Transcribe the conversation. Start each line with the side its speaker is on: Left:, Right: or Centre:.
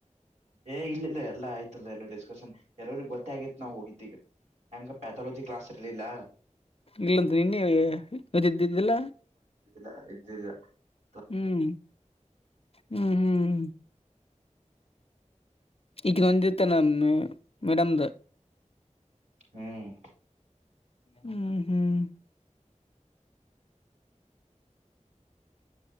Right: ಏ ಇಲ್ಲ ಇಲ್ಲ ಎಲ್ಲಾ ಆಯ್ತದೆ ಎಲ್ಲ ಡಿಸ್ಕಷನ್ ಎಲ್ಲರಿಗ್ ಗೊತ್ತೇ ಆಗೈತ್ ನಾವ್ ಹೋಗಿದ್ದೀಗ ಹೆಂಗ ಪ್ಯಾಥಾಲಜಿ ಕ್ಲಾಸ್ ಇರ್ಲಿಲ್ಲ
Left: ಇಲ್ಲಂತ ನಿನ್ನ ಇದಿದ್ದಿದ್ದಿಲ್ಲ
Right: ಇಲ್ಲ ಇದ್ದಿಲ್ಲ
Left: ಹ್ಮ್ ಹ್ಮ್ ಹ್ಮ್ ಹ್ಮ್ ಇಗ ನಂದಿತ್ ನನ್ನ ಮೇಡಂ
Right: ಹ್ಮ್
Left: ಹ್ಮ್ ಹ್ಮ್